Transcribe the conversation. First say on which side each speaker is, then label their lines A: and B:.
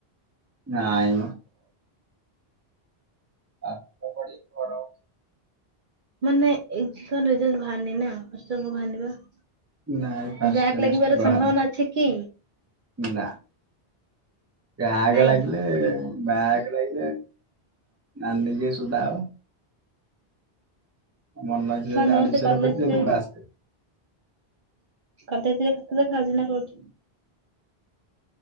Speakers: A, on the right; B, on the right.
A: ନାଇମ। ପାଠ ପଢିକ ବଡ଼
B: ମାନେ <unintelligible> ରେଜଲ୍ଟ ବାହାରନି ନା। <unintelligible>
A: ନାଇଁ ଫାଷ୍ଟ
B: ବ୍ୟାକ୍
A: ସେମିଷ୍ଟାର୍
B: ଲାଗିବାର
A: ବାହାରିନି,
B: ସମ୍ଭାବନା ଅଛି କି
A: ନା। ବ୍ୟାଗ
B: ନାଇଁ?
A: ଲାଗିଲେ। ବ୍ୟାଗ ଲାଗିଲେ ନାନୀ କି ବି ସୋଦା ହବ। ମନ ଇଚ୍ଛା
B: କଣ
A: ରେ ଜେମି
B: ସମସ୍ତେ
A: ଆଡମିଶନ୍
B: କଲେଜରେ
A: କରି <unintelligible>
B: କଲେଜ ରେ ଖାତା ଦେଖା ହୋଉଛି ନା କୋଉଠି?